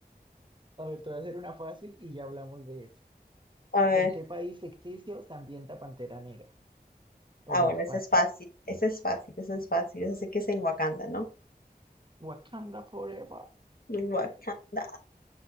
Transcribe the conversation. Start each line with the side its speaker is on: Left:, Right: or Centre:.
Right: A ver, te voy a hacer una fácil y ya hablamos de eso.
Left: A ver,
Right: ¿En qué país ficticio se ambienta Pantera Negra o
Left: ah,
Right: Black
Left: bueno, ese
Right: Panther?
Left: es fácil, ese es fácil, ese es fácil, ese sí que es en Wakanda, ¿no?
Right: Wakanda Forever.
Left: En Wakanda.
Right: Sí.